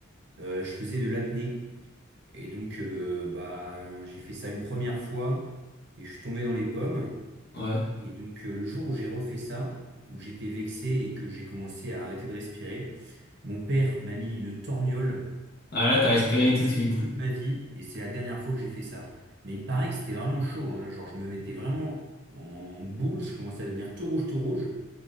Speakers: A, on the right; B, on the left.
A: Euh, je faisais de l'apnée et donc euh, bah, euh, j'ai fait ça une première fois et je suis tombé dans les pommes.
B: Ouais.
A: Et donc euh, le jour où j'ai refait ça, où j'étais vexé et que j'ai commencé à arrêter de respirer, mon père m'a mis une torgnole.
B: Ah là, t'as respiré
A: pour que Je m'en
B: tout
A: souviens
B: de suite.
A: toute ma vie et c'est la dernière fois que j'ai fait ça. Mais il paraît que c'était vraiment chaud, hein. Genre je me mettais vraiment en boule, je commençais à devenir tout rouge, tout rouge.